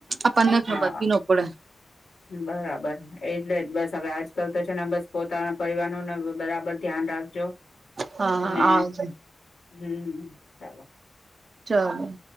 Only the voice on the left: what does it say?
હા
બરાબર એટલે જ બસ. હવે આજકાલ તો છે ને બસ પોતાના પરિવાર નું ને બરાબર ધ્યાન રાખજો.
ને
હમ ચાલો.